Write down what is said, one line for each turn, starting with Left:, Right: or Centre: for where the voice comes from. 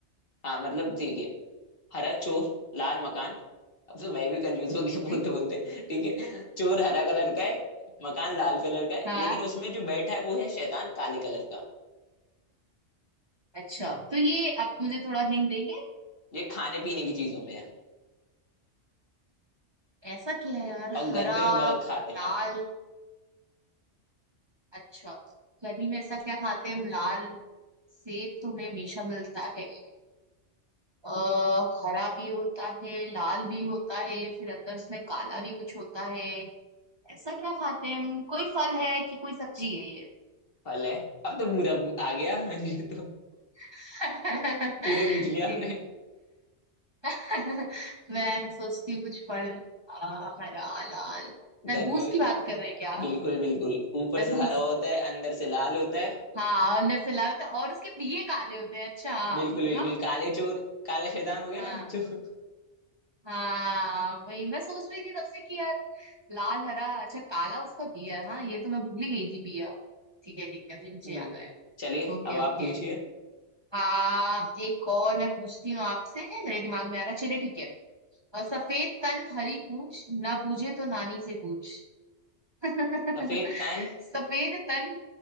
Left: हाँ मतलब देखिए हरा चोर लाल मकान अब तो मैं भी कंफ्यूज हो गया
Right: ठीक?
Left: बोलते बोलते ठीक है चोर हरा कलर का है मकान लाल कलर का है
Right: हाँ,
Left: लेकिन उसमें जो बैठा है वो है शैतान काले कलर का
Right: अच्छा तो ये आप मुझे थोड़ा हिंट देंगे
Left: ये खाने पीने की चीजों में है
Right: ऐसा क्या है यार
Left: और
Right: हरा
Left: गर्मियों में बहुत खाते हैं
Right: लाल
Left: आप
Right: अच्छा गर्मी में ऐसा क्या खाते हैं हम लाल सेब तो हमें हमेशा मिलता है अ, हरा भी होता है लाल भी होता है फिर अंदर उसमें काला भी कुछ होता है ऐसा क्या खाते हैं हम कोई फल है कि कोई सब्जी है ये
Left: फल है अब तो पूरा आ गया <laughs> ये तो
Right: <laughs>
Left: पूरे पूछ लिया
Right: जी
Left: आपने
Right: जी <laughs> मैं सोचती हूँ कुछ फल अ, हरा लाल तरबूज
Left: गर्मियों
Right: की बात कर रहे हैं क्या आप?
Left: बिल्कुल बिल्कुल ऊपर
Right: तरबूज
Left: से हरा होता है अंदर से लाल होता है
Right: हाँ अंदर से लाल होता है और उसके बीए काले होते हैं अच्छा हाँ
Left: बिल्कुल बिल्कुल
Right: ना
Left: काले चोर काला शैतान हो गया
Right: हाँ
Left: ना <laughs> चोर
Right: हाँ वही मैं सोच रही थी तब से कि यार लाल हरा अच्छा काला उसका बिया हाँ ये तो मैं भूल ही गई थी बिया ठीक है ठीक है अभी मुझे
Left: हम्म,
Right: याद आया
Left: चलिए
Right: ओके
Left: अब आप
Right: ओके
Left: पूछिए
Right: हाँ एक और मैं पूछती हूँ आपसे मेरे दिमाग में आ रहा है चलिए ठीक है अ, सफेद तन हरी पूछ ना बूझे तो नानी से पूछ <laughs> सफेद
Left: सफेद तन
Right: तन